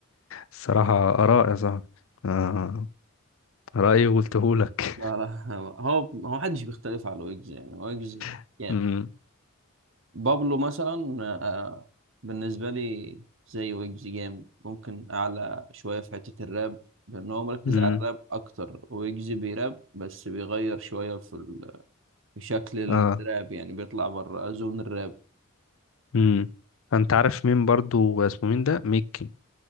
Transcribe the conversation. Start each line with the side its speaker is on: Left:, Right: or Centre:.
Left: الصراحه اراء يا صاحبي اه رايي وقلته لك
Right: لا لا <laughs> هو هو محدش بيختلف على ويجز يعني ويجز
Left: <laughs>
Right: جامد
Left: امم
Right: بابلو مثلا آه، بالنسبة لي زي ويجز جامد ممكن اعلى شوية في حتة الراب لان هو مركز
Left: امم
Right: على الراب اكتر ويجز بيراب بس بيغير شوية في شكل
Left: اه
Right: الراب يعني بيطلع بره زون الراب
Left: امم انت عارف مين برضو اسمه مين ده ميك